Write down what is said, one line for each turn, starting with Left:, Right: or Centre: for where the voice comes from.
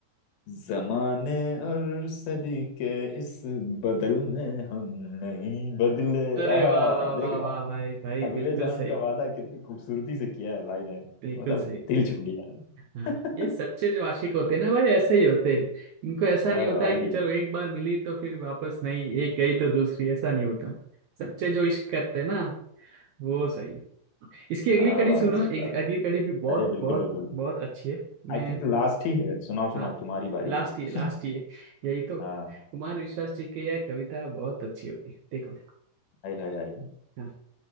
Left: जमाने और सदी के इस बदल में हम नहीं बदले
Right: अरे
Left: आहा
Right: वाह वाह वाह
Left: देख रहा
Right: वाह
Left: है?
Right: भाई भाई
Left: अगले
Right: बिल्कुल
Left: जन्म
Right: सही
Left: का वादा कितनी खूबसूरती से किया है भाई ने
Right: बिल्कुल
Left: मतलब
Right: सही
Left: दिल छू लिया
Right: हाँ
Left: <laughs>
Right: ये सच्चे जो आशिक होते हैं ना भाई ऐसे ही होते हैं इनको ऐसा
Left: हाँ
Right: नहीं होता
Left: भाई
Right: है कि चलो एक बार मिली तो फिर वापस नहीं एक गई तो दूसरी ऐसा नहीं होता सच्चे जो इश्क करते हैं ना वो सही इसकी अगली
Left: हाँ
Right: कड़ी
Left: भाई
Right: सुनो
Left: साहब।
Right: एक अगली कड़ी भी बहुत
Left: अरे बिल्कुल
Right: बहुत
Left: बिल्कुल
Right: बहुत अच्छी है मैं
Left: आई थिंक लास्ट ही है सुनाओ सुनाओ
Right: हाँ
Left: तुम्हारी बारी
Right: लास्ट
Left: है
Right: ये लास्ट ये यही तो कुमार
Left: हाँ
Right: विश्वास जी की यह कविता बहुत अच्छी होती है देखो
Left: हाय हाय हाय
Right: हाँ